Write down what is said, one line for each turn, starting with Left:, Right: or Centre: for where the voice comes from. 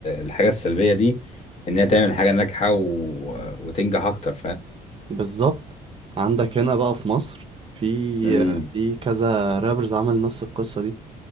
Left: الحاجة السلبية دي ان هي تعمل حاجة ناجحة و... وتنجح اكتر
Right: بالظبط عندك هنا بقى في مصر في
Left: فاهم
Right: في كذا رابرز عمل نفس القصة دي